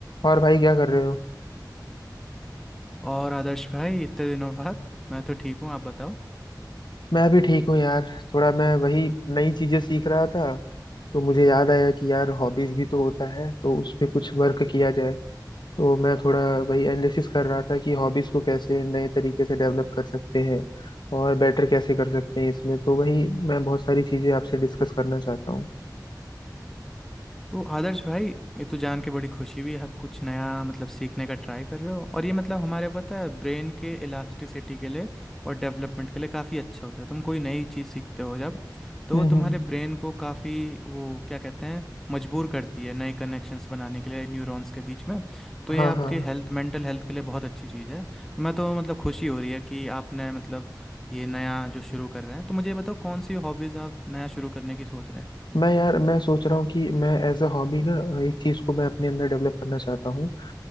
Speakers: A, on the left (about 80°); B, in the centre.
A: और भाई क्या कर रहे हो
B: और आदर्श भाई इतने दिनों बाद मैं तो ठीक हूँ आप बताओ
A: मैं भी ठीक हूँ यार थोड़ा मैं वही नई चीजें सीख रहा था तो मुझे याद आया कि यार हॉबीज भी तो होता है तो उस पे कुछ वर्क किया जाए तो मैं थोड़ा वही एनालिसिस कर रहा था कि हॉबीज को कैसे नए तरीके से डेवलप कर सकते हैं और बेटर कैसे कर सकते हैं इसमें तो वही मैं बहुत सारी चीजें आपसे डिस्कस करना चाहता हूँ
B: तो आदर्श भाई ये तो जान के बड़ी खुशी हुई आप कुछ नया मतलब सीखने का ट्राई कर रहे हो और ये मतलब हमारे पता है ब्रेन के इलास्टिसिटी के लिए और डेवलपमेंट के लिए काफ़ी अच्छा होता है तुम कोई नई चीज़ सीखते हो जब तो
A: हम्म
B: वो तुम्हारे
A: हम्म
B: ब्रेन को काफ़ी वो क्या कहते हैं मजबूर करती है नए कनेक्शंस बनाने के लिए न्यूरॉन्स के बीच में तो
A: हाँ
B: ये आपके
A: हाँ
B: हेल्थ मेंटल हेल्थ के लिए बहुत अच्छी चीज़ है तो मैं तो मतलब खुशी हो रही है कि आपने मतलब ये नया जो शुरू कर रहे हैं तो मुझे ये बताओ कौन सी हॉबीज़ आप नया शुरू करने की सोच रहे हैं
A: मैं यार मैं सोच रहा हूँ कि मैं एज अ हॉबी ना एक चीज़ को मैं अपने अंदर डेवलप करना चाहता हूँ अ,